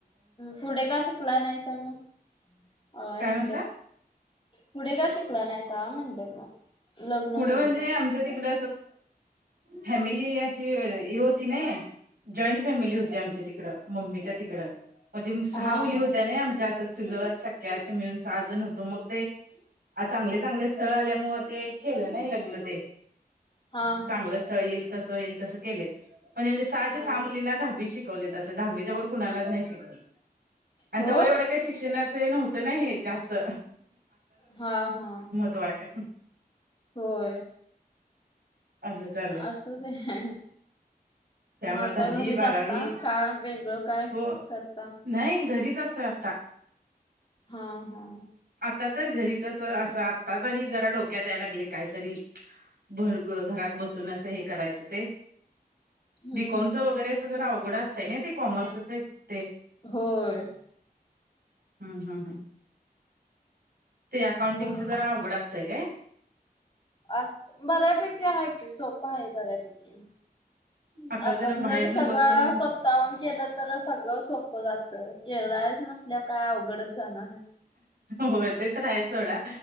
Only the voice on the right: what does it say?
काय म्हंटला?
पुढं
म्हणजे
आमच्या तिकड फॅमिली अशी ह होती ना जॉईंट फॅमिली होते आमच्या तिकडं मम्मीच्या तिकडं म्हणजे सहा
मुली होत्या
ना आमच्या असं चुलत सख्या असे मिळून सहा जण होतो मग ते आ चांगले चांगले स्थळ आल्यामुळ ते केलं नाही लग्न ते
चांगलं
स्थळ येईल तसं येईल तसं केलेत म्हणजे म्हणजे सहाच्या
सा मुलींना दहावी शिक शव तस दहावीच्या व कुणालाच नाही शिकवले आणि
तव्हा एवढ शिक्षणाच नव्हत नाही जास्त
तो आहे
असं चाललंय
त्यामुळे
दहावी
बारावी
हो
नाही घरीच असत आता
आता तर घरीच अस असं आता तरी जरा डोक्यात यायला लागले काहीतरी भ घरात बसून असं हे करायचं ते
बीकॉमचं
वगैरे अस जरा अवघड असतय ना ते कॉमर्सचे ते
हम हम हम ते अकाउंटिंगचे
जरा अवघड असतय काय
आता
जरा
बाहेर न
बसून
हो ते राय सोडा